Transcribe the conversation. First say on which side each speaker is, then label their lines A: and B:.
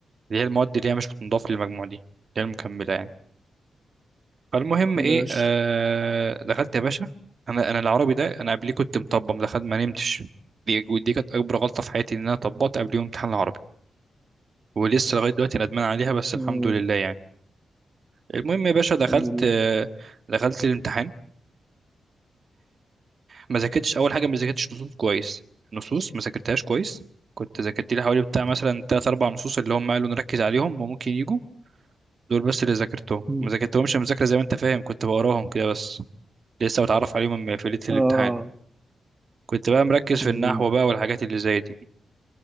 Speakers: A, on the right (about 45°); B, on the right (about 15°).
A: اللي هي المواد اللي هي مش بتنضاف للمجموع دي اللي هي المكملة يعني فالمهم
B: ماشي
A: إيه آه، دخلت يا باشا أنا أنا العربي ده أنا قبليه كنت مطبق ما دخلت ما نمتش دي ودي كانت أكبر غلطة في حياتي إن أنا طبقت قبل يوم امتحان العربي ولسه لغايه دلوقتي ندمان عليها بس الحمد
B: امم
A: لله يعني المهم يا باشا دخلت
B: الحمد لله
A: آه، دخلت الامتحان ما ذاكرتش اول حاجه ما ذاكرتش نصوص كويس نصوص ما ذاكرتهاش كويس كنت ذاكرت لي حوالي بتاع مثلا تلات اربع نصوص اللي هم قالوا نركز عليهم وممكن يجوا دول بس اللي ذاكرتهم
B: امم
A: ما ذاكرتهمش مذاكره زي ما انت فاهم كنت بقراهم كده بس لسه بتعرف عليهم في ليله الامتحان
B: اه
A: كنت بقى مركز في
B: امم
A: النحو بقى والحاجات اللي زي دي